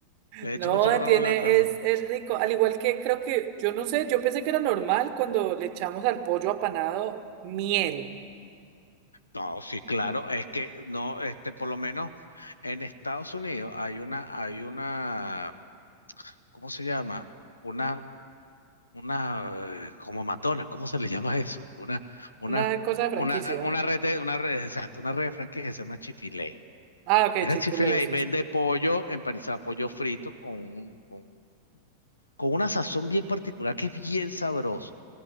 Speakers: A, on the left; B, on the right.
A: le he
B: No,
A: hecho mucha broma
B: tiene,
A: a la cosa.
B: es, es rico. Al igual que creo que, yo no sé, yo pensé que era normal cuando le echamos al pollo apanado miel.
A: No, sí, claro, es que no, este, por lo menos en Estados Unidos hay una, hay una, ¿cómo se llama? Una, una, eh, como Madonna, ¿cómo se le llama eso? Una, una,
B: Una cosa de franquicia.
A: una, una red de, una red, exacto, una red de franquicias, se llama Chick-fil-A.
B: Ah, ok,
A: Esa
B: chick
A: chifila ahí
B: sí,
A: vende
B: sí.
A: pollo empanizado, pollo frito con, un- con, con una sazón bien particular que es bien sabroso.